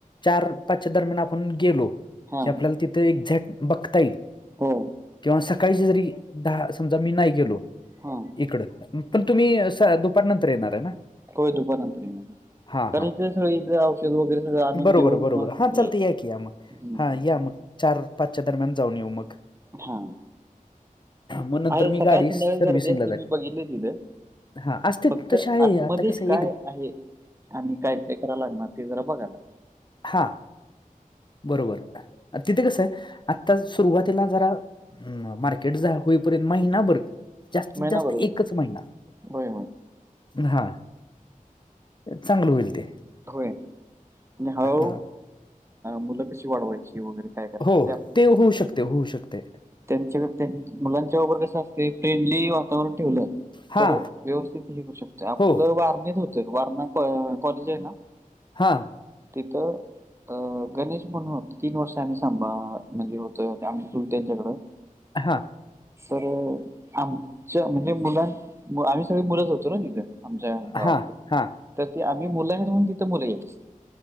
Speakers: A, on the left; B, on the right.
A: चार- पाचच्या दरम्यान आपण गेलो.
B: हां
A: की, आपल्याला तिथे एक्झॅक्ट बघता येईल.
B: हो.
A: किंवा सकाळचे जरी, दहा. समजा, मी नाही गेलो.
B: हा.
A: इकडं. पण तुम्ही, सर दुपार नंतर येणार आहे ना?
B: होय, दुपार नंतर येणारंय.
A: हां
B: कारण
A: हां
B: इथ स इथ औषध वगैरे. सगळं आणून
A: बरोबर,
B: देऊन
A: बरोबर.
B: मग
A: हा चालतय
B: यायचं
A: या की या मग.
B: हं.
A: हा या मग चार- पाचच्या दरम्यान, जाऊन येऊ मग.
B: हा.
A: मग नंतर
B: आहे
A: मी
B: सकाळ-
A: गाडी
B: संध्याकाळी
A: सर्व्हिसिंगला
B: गर्दी असते
A: जाईल
B: मी बघितलय तिथं.
A: हां असते
B: फक्त
A: तसे आहे
B: आतमध्ये
A: आता कसं
B: काय
A: एक
B: आहे? आणि काय- काय करायला लागणार. ते जरा बघा आता.
A: हा. बरोबर. तिथे कसं, आता सुरुवातीला जरा ह, मार्केट जा होईपर्यंत महिनाभर, जास्तीत-
B: महिनाभर
A: जास्त
B: होय
A: एकच महिना.
B: होय होय
A: हा. चांगलं होईल ते.
B: होय. आणि हळूहळू,
A: हां
B: मुलं कशी वाढवायची? वगैरे. काय करायचं
A: हो. ते होऊ शकतय. होऊ शकतय.
B: त्यांच्या क त्यान, मुलांच्या बरोबर कसं असते, फ्रेंडली वा वर ठेवलं,
A: हां
B: तर व्यवस्थित हे करू शकते. आपलं
A: हो
B: वारणीत होतं. ते वारणा का कॉलेजय ना?
A: हा.
B: तिथं अ गणेश म्हणून होत, तीन वर्ष आम्ही सांबा म्हणजे होतो आ तू त्यांच्याकडं.
A: हां.
B: तर, आमच्या म्हणजे मुलां आम्ही सगळी मुलंच होतो ना, तिथं. आमच्या गावातले.
A: हां हां
B: तर ते आम्ही मुलं आहेत म्हणून तिथं मुलं यायची.